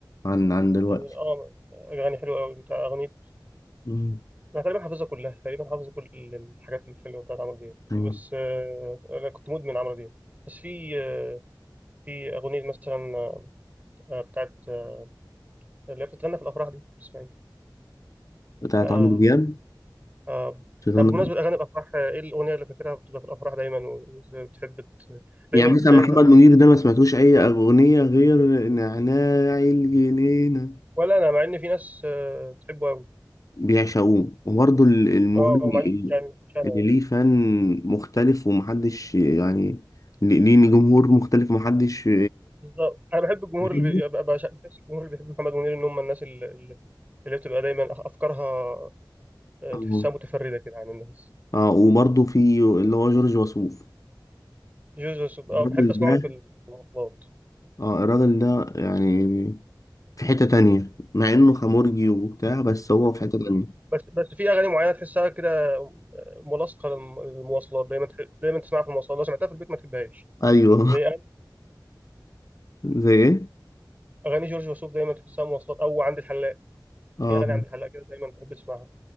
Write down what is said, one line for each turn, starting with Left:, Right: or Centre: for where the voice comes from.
Left: عن عن دلوقتي
Right: اه اغاني حلوه قوي بتاع اغنيه
Left: مم.
Right: انا تقريبا حافظها كلها تقريبا حافظ كل الحاجات الحلوه بتاعت عمرو دياب
Left: مم.
Right: بس آه، انا كنت مدمن عمرو دياب بس في آه، في اغنيه مثلا آه، بتاعت آه، اللي هي بتتغنى في الافراح دي اسمها ايه؟
Left: بتاعت
Right: آه
Left: عمرو دياب
Right: آه
Left: شيطان
Right: طب بمناسبه اغاني الافراح آه، ايه الاغنيه اللي فاكرها بتبقى في الافراح دايما وبتحب ت- دايما
Left: يعني مثلا
Right: بتلاقيها
Left: محمد منير ده ما سمعتوش أي أغنية غير نعناع الجنينة
Right: ولا انا مع ان في ناس آه، بتحبه قوي
Left: بيعشقوه وبرضه ال- المغني
Right: اه مع ان
Left: اللي
Right: يعني مش انا
Left: اللي
Right: يعني.
Left: ليه فان مختلف ومحدش يعني ليه ليه جمهور مختلف ومحدش
Right: بالظبط انا بحب الجمهور
Left: بيحبه
Right: اللي بي- ببقى بش- بحس الجمهور اللي بيحب محمد منير ان هم الناس اللي, اللي بتبقى دايما أخ- افكارها آه،
Left: اه
Right: تحسها متفرده كده عن الناس
Left: اه وبرضه في اللي هو جورج وسوف
Right: جوزوس اه
Left: الراجل
Right: بحب اسمعه
Left: ده
Right: في المواصلات
Left: اه الراجل ده يعني في حتة تانية مع انه خمرجي وبتاع بس هو في حتة تانية
Right: بس بس في اغاني معينه تحسها كده ملاصقه للم- للمواصلات دايما تح... دايما تسمعها في المواصلات لو سمعتها في البيت ما تحبهاش
Left: ايوه
Right: زي اغاني
Left: <laughs> زي ايه؟
Right: أغاني جورج وسوف دايما تحسها مواصلات او عند الحلاق
Left: اه
Right: في اغاني عند الحلاق كده دايما تحب تسمعها